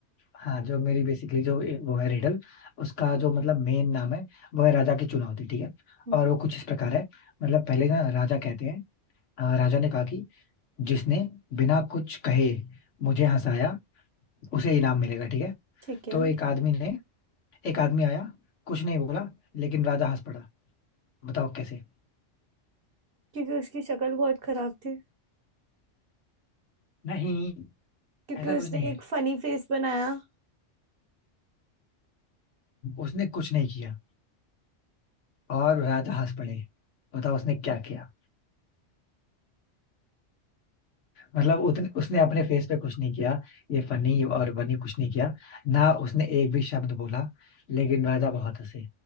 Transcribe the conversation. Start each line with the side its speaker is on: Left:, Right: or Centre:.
Left: हाँ जो मेरी बेसिकली जो ए- वो है रिडल उसका जो मतलब मेन नाम है वो है राजा की चुनौती ठीक है
Right: हम्म,
Left: और वो कुछ इस प्रकार है मतलब पहले ना राजा कहते हैं अ, राजा ने कहा कि जिसने बिना कुछ कहे मुझे हंसाया उसे इनाम मिलेगा ठीक है
Right: ठीक है
Left: तो एक आदमी ने एक आदमी आया कुछ नहीं बोला लेकिन राजा हंस पड़ा बताओ कैसे
Right: क्योंकि उसकी शक्ल बहुत खराब थी
Left: नहीं
Right: क्योंकि
Left: ऐसा
Right: उसने
Left: कुछ नहीं है
Right: एक फनी फेस बनाया
Left: उसने कुछ नहीं किया और राजा हंस पड़े बताओ उसने क्या किया मतलब उतने उसने अपने फेस पे कुछ नहीं किया ये फनी और बनी कुछ नहीं किया ना उसने एक भी शब्द बोला लेकिन राजा बहुत हंसे